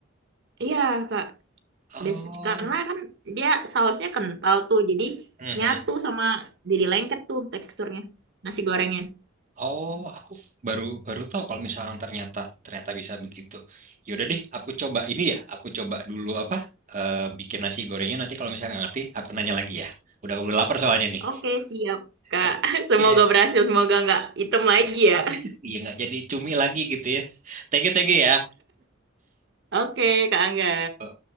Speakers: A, on the right (about 60°); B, on the right (about 40°).
A: Iya Kak.
B: Oh,
A: Biasa, karena kan dia sausnya kental tuh, jadi
B: mhm.
A: nyatu sama jadi lengket tuh teksturnya nasi gorengnya.
B: Oh, aku baru baru tahu kalau misalnya ternyata ternyata bisa begitu. Yaudah deh, aku coba ini ya. Aku coba dulu apa eh, bikin nasi gorengnya. Nanti kalau misalnya nggak ngerti, aku nanya lagi ya. Udah udah lapar soalnya nih.
A: Oke, siap, Kak.
B: Ap-
A: <laughs> Semoga
B: Iya,
A: berhasil, semoga nggak hitam lagi ya.
B: apa? <laughs> Iya nggak jadi cumi lagi gitu ya. Thank you, thank you ya.
A: Oke, Kak Angga.
B: Ya.